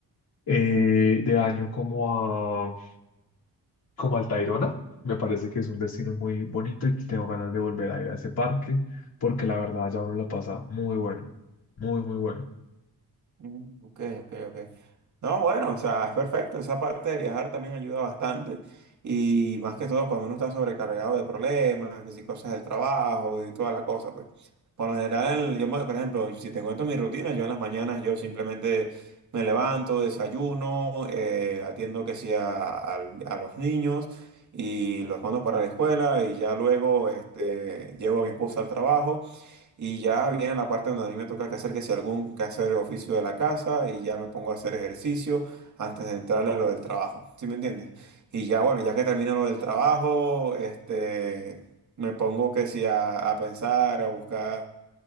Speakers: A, on the left (about 70°); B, on the right (about 50°).
A: eh, de año como como al Tayrona. Me parece que es un destino muy bonito y que tengo ganas de volver a ir a ese parque porque la verdad ya uno la pasa muy bueno, muy, muy bueno.
B: Mm, Ok, ok, ok. No, bueno, o sea, es perfecto. Esa parte de viajar también ayuda bastante. Y más que todo cuando uno está sobrecargado de problemas, que si cosas del trabajo y toda la cosa, pues. Por lo general, yo, me- por ejemplo, si te cuento mi rutina, yo en las mañanas yo simplemente me levanto, desayuno, eh, atiendo que sí a, al- a los niños y los mando para la escuela y ya luego este, llevo a mi esposa al trabajo. Y ya viene la parte donde a mí me toca que hacer que si algún quehacer o oficio de la casa y ya me pongo a hacer ejercicio antes de entrarle a lo del trabajo. ¿Sí me entiendes? Y ya bueno, ya que termino lo del trabajo, este, me pongo que si a, a pensar, a buscar,